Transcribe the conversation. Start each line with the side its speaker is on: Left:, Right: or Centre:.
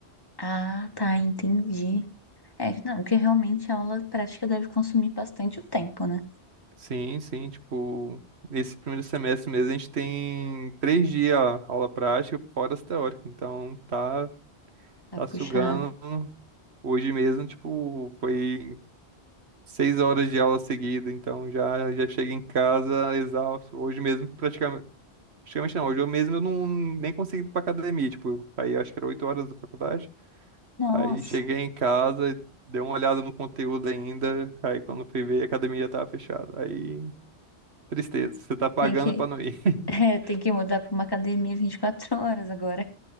Left: Ah, tá, entendi. É, não, porque realmente a aula prática deve consumir bastante o tempo, né?
Right: Sim, sim, tipo, nesse primeiro semestre mesmo a gente tem três dias aula prática, fora as teóricas. Então, tá,
Left: Tá
Right: tá
Left: puxado.
Right: sugando Hoje mesmo, tipo, foi. seis horas de aula seguida, então já, já chego em casa exausto. Hoje mesmo, praticamente, praticamente não, hoje eu mesmo eu não nem consegui ir pra academia, tipo, aí acho que era oito horas da faculdade.
Left: Nossa,
Right: Aí cheguei em casa, dei uma olhada no conteúdo ainda, aí quando fui ver a academia já tava fechada. Aí, tristeza, você tá pagando
Left: tem que,
Right: pra não ir. <laughs>
Left: <laughs> é, tem que mudar pra uma academia 24 horas agora.